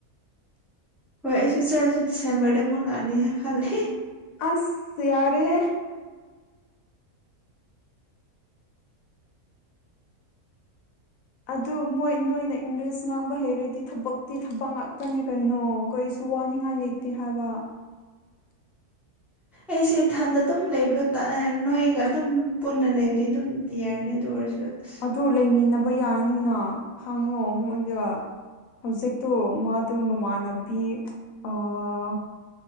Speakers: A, in the centre; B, on the left.
A: ꯍꯣꯏ ꯑꯩꯁꯨ ꯆꯠꯂꯁꯨ ꯗꯤꯁꯦꯝꯕ꯭ꯔꯗ ꯑꯃꯨꯛ ꯂꯥꯛꯅꯤꯅꯥ ꯈꯜꯂꯦ
B: ꯑꯥꯁ ꯌꯥꯔꯦꯍꯦ ꯑꯗꯨ ꯃꯣꯏ ꯅꯣꯏꯅ ꯏꯪꯂꯤꯁ ꯉꯥꯡꯕ ꯍꯩꯔꯗꯤ ꯊꯕꯛꯇꯤ ꯊꯕꯛ ꯉꯥꯛꯇꯅꯦ ꯀꯩꯅꯣ ꯀꯩ ꯋꯥꯅꯤꯡꯉꯥꯏ ꯂꯩꯇꯦ ꯍꯥꯏꯕ
A: ꯑꯩꯁꯦ ꯊꯟꯗ ꯑꯗꯨꯝ ꯂꯩꯕ꯭ꯔꯣ ꯅꯣꯏꯒ ꯑꯗꯨꯝ ꯄꯨꯟꯅ ꯂꯩꯕꯗꯤ ꯑꯗꯨꯝ ꯌꯥꯔꯅꯤ ꯑꯗꯨ ꯑꯣꯏꯔꯁꯨ ꯑꯁ
B: ꯑꯗꯨ ꯂꯩꯃꯤꯟꯅꯕ ꯌꯥꯔꯅꯤꯅ ꯍꯪꯉꯣ ꯃꯣꯏꯗꯥ ꯍꯧꯖꯤꯛꯇꯣ ꯃꯗꯨ ꯃꯃꯥꯟꯅꯕꯤ ꯑꯥ